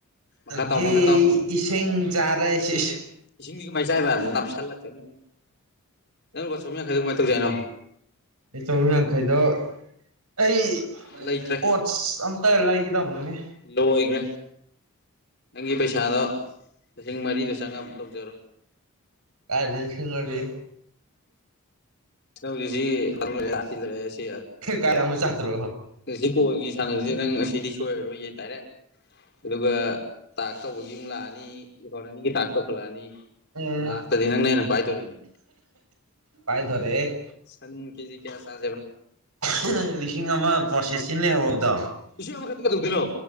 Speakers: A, on the left; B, on the right.
A: ꯃꯈꯥ
B: ꯑꯗꯒꯤ
A: ꯇꯥ ꯃꯈꯥ ꯇꯥꯎ
B: ꯏꯁꯤꯡ ꯆꯥꯔꯦ ꯑꯩ
A: ꯏꯁꯤꯡꯗꯤ ꯀꯃꯥꯏꯅ ꯆꯥꯏꯕ ꯅꯥꯞꯁꯤꯜꯂꯛꯀꯅꯤ ꯅꯪꯠ ꯌꯥꯡꯈꯩꯗ ꯀꯃꯥꯏꯅ ꯇꯧꯖ ꯍꯥꯏꯅꯣ
B: ꯑꯩ ꯆꯍꯨꯝ ꯌꯥꯡꯈꯩꯗꯣ ꯑꯩ
A: ꯂꯩꯇ꯭ꯔꯦ
B: ꯑꯣꯠꯁ ꯑꯝꯇ ꯂꯩꯒꯗꯕꯅꯤꯅꯦ
A: ꯂꯣꯏꯒ꯭ꯔꯦ ꯅꯪꯒꯤ ꯄꯩꯁꯥꯗꯣ ꯂꯤꯁꯤꯡ ꯃꯔꯤꯗ ꯆꯪꯉ ꯂꯧꯖꯔꯣ
B: ꯀꯥꯏꯗ ꯁꯉꯔꯤ
A: ꯀꯁꯤ ꯃꯔ ꯂꯩꯁꯤ
B: ꯀꯥꯏ ꯑꯃ ꯆꯥꯗ꯭ꯔꯣ
A: ꯉꯁꯤꯀꯣꯜꯒꯤ ꯁꯥꯟꯅꯕꯁꯤ ꯅꯪ ꯉꯁꯤꯗꯤ ꯁꯣꯏꯔꯔꯣꯏꯌꯦ ꯗꯥꯏꯔꯦꯛ ꯑꯗꯨꯒ ꯇꯥꯛ ꯇꯧꯕꯒꯤ ꯑꯃꯨꯛ ꯂꯥꯛꯑꯅꯤ ꯏꯀꯣꯔꯔꯅꯤꯒꯤ ꯇꯥꯛ ꯇꯧꯈꯠꯂꯛꯑꯅꯤ
B: ꯎꯝ
A: ꯂꯥꯁꯇꯗꯤ ꯅꯪꯅ ꯍꯦꯟꯅ ꯄꯥꯏꯗꯣꯔꯤꯅꯦ
B: ꯄꯥꯏꯊꯔꯦ
A: ꯁꯟ ꯀꯦꯖꯤ ꯀꯌꯥ ꯆꯥꯁꯦꯕ
B: ꯅꯪ ꯂꯤꯁꯤꯡ ꯑꯃ ꯄ꯭ꯔꯣꯁꯦꯁꯁꯤ ꯂꯩꯍꯧꯔꯕꯗꯣ
A: ꯑꯃꯈ ꯈꯛꯇ ꯀꯧꯗꯤꯅꯣ